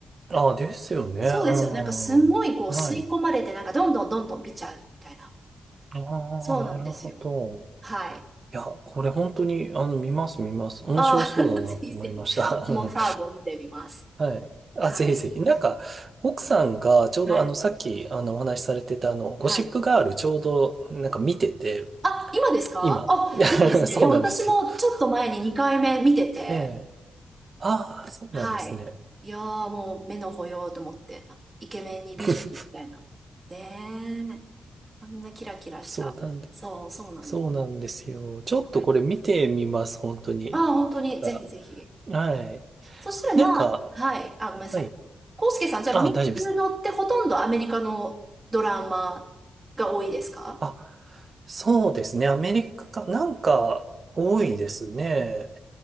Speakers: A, on the right; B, on the right.
A: ああ、ですよね。
B: そうですよね。
A: うん。
B: なんかすんごいこう吸い込まれて、
A: はい。
B: なんかどんどんどんどん見ちゃうみたいな。
A: ああ、
B: そうなんですよ。
A: なるほど。
B: はい。
A: いや、これ本当に、あの、見ます、見ます。面白そうだなって思いました。
B: ああ、<laughs> ぜひぜひ。私もファーゴを見てみます。
A: <laughs> うんはい。あ、
B: はい。
A: ぜひぜひ。なんか、奥さんがちょうど、
B: はい。
A: あの、さっき、あの、お話しされてた、あの、ゴシップガール、
B: はい。
A: ちょうど、なんか見てて、
B: あ、今ですかあ、
A: 今。<laughs>
B: いいですね。
A: そうなんですよ。
B: いや、私もちょっと前に2回目見てて、
A: ええ。ああ、そうなんですね。
B: はい。いやーもう目の保養と思って、イケメンに美女みたいな。
A: <laughs>
B: ねえ。あんなキラキラした。
A: そうなんで、
B: そう、そうなんです。
A: そうなんですよ。ちょっとこれ見てみます、
B: はい。
A: 本当に。
B: ああ、本当に、
A: なんか、
B: ぜひぜひ。
A: はい。
B: そしたらまあ、
A: なんか、
B: はい。あ、ごめんなさい。
A: はい。
B: コウスケさん、じゃあ見るのってほとんどアメリカのドラマが多いですか
A: あ、大丈夫です。あ、そうですね。アメリカ、なんか多いですね。